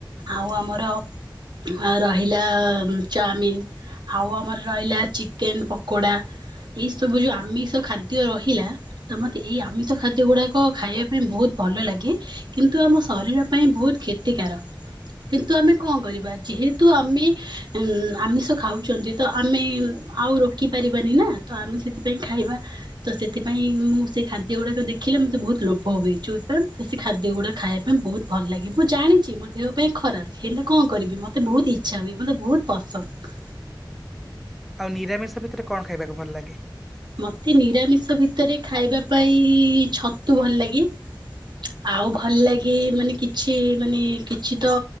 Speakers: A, on the right; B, in the centre.
A: ଆଉ ଆମର ଆ ରହିଲା ଚାଉମିିନ। ଆଉ ଆମର ରହିଲା ଚିକେନ ପକୋଡା ଏଇ ସବୁ ଯୋଉ ଆମିଷ ଖାଦ୍ ଦ୍ୟ ରହିଲା ତ ମତେ ଏଇ ଆମିଷ ଖାଦ୍ୟ ଗୁଡାକ ଖାଇବା ପାଇଁ ବହୁତ ଭଲ ଲାଗେ। କିନ୍ତୁ ଆମ ଶରୀର ପାଇଁ ବହୁତ କ୍ଷତିକାରକ। କିନ୍ତୁ ଆମେ କଣ କରିବା ଯେହେତୁ ଆମେ ଉଁ ଆମିଷ ଖାଉଛନ୍ତି। ତଆମେ ଆଉ ରୋକି ପାରିବାନିନା ତଆମେ ସେଥିପାଇଁ ଖାଇବା। ତସେଥିପାଇଁ ମୁଁ ସେଖାଦ୍ୟ ଗୁଡ଼ାକ ଦେଖିଲେ ମତେ ବହୁତ୍ ଲୋଭ ହୁଏ ଯୋଉଥିପାଇଁ ସେଖାଦ୍ୟ ଗୁଡ଼ା ଖାଇବା ପାଇଁ ବହୁତ୍ ଭଲ ଲାଗେ ମୁଁ ଜାଣିଚି ମୋଦେହ ପାଇଁ ଖରାପ୍ ହେଲେ କଣ କରିବି ମତେ ବହୁତ୍ ଇଚ୍ଛା ହୁଏ ମତେ ବହୁତ୍ ପସନ୍ଦ।
B: ଆଉ ନିରାମିଷ ଭିତରେ କଣ ଖାଇବାକୁ ଭଲ ଲାଗେ?
A: ମତେ ନିରାମିଷ ଭିତରେ ଖାଇବା ପାଇଁ ଛତୁ ଭଲ ଲାଗେ। ଆଉ ଭଲ ଲାଗେ ମାନେ କିଛି ମାନେ କିଛି ତ